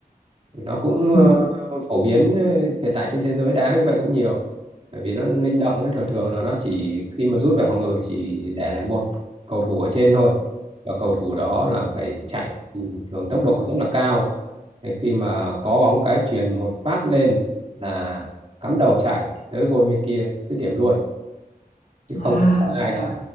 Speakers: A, on the right; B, on the left.
A: thì nó cũng
B: Ừ.
A: ờ, phổ biến ờ, hiện tại trên thế giới đá như vậy cũng nhiều bởi vì nó linh động ấy thường thường là nó chỉ khi mà rút về phòng ngự chỉ để lại một cầu thủ ở trên thôi và cầu thủ đó là phải chạy ừ, thường tốc độ rất là cao Thế khi mà có bóng cái chuyền một phát lên là cắm đầu chạy tới gôn bên kia dứt điểm luôn chứ không
B: À
A: có sợ ai
B: rồi,
A: cả